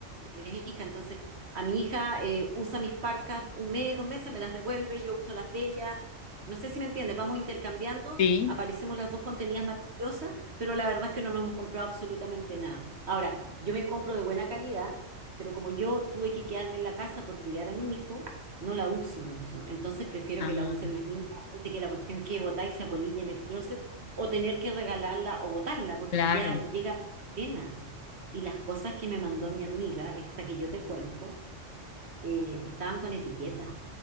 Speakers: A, on the right; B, on the left.
A: tres hijas, entonces a mi hija eh, usa mis parcas un mes, dos meses, me las devuelve, yo uso las de ella. No sé si me entiendes, vamos intercambiando,
B: sí,
A: aparecemos las dos contenidas maravillosas pero la verdad es que no nos hemos comprado absolutamente nada. Ahora, yo me compro de buena calidad, pero como yo tuve que quedarme en la casa por cuidar a mi hijo, no la uso mucho. Entonces prefiero
B: ah,
A: que la usen las niñas antes que la cuestión que botar y se apolille en el closet o tener que regalarla o botarla porque
B: claro.
A: ya llega pena. Y las cosas que me mandó mi amiga, esta que yo te cuento, eh, estaban con etiquetas.